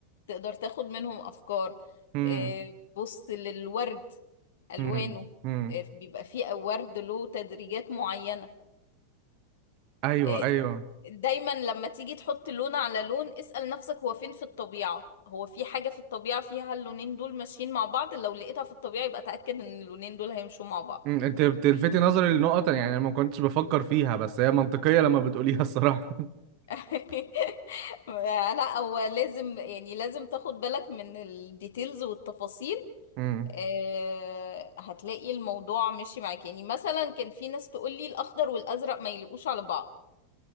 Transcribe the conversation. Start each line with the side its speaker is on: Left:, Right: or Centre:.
Left: تقدر تاخد منهم أفكار
Right: امم
Left: آه، بص للورد ألوانه
Right: امم امم
Left: آه، بيبقى فيه ورد له تدريجات معينة
Right: ايوه
Left: آه،
Right: ايوه
Left: دايما لما تيجي تحط لون على لون اسأل نفسك هو فين في الطبيعة هو في حاجة في الطبيعة فيها اللونين دول ماشيين مع بعض لو لقيتها في الطبيعة يبقى تأكد ان اللونين دول هيمشوا مع بعض
Right: مم. انت بتلفتي نظري لنقط يعني انا ما كنتش بفكر فيها بس هي منطقيه لما بتقوليها الصراحه <laughs>
Left: <laughs> لا هو لازم يعني لازم تاخد بالك من الديتيلز والتفاصيل
Right: امم
Left: آه، هتلاقي الموضوع ماشي معاك يعني مثلا كان في ناس تقول لي الاخضر والازرق ما يليقوش على بعض